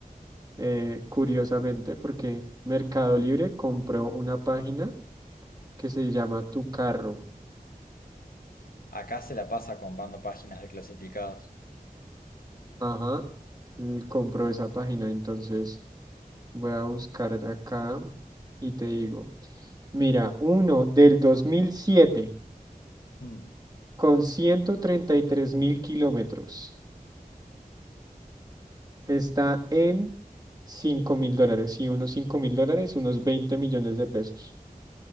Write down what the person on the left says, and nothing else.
Acá se la pasa comprando páginas de clasificados.
Mm.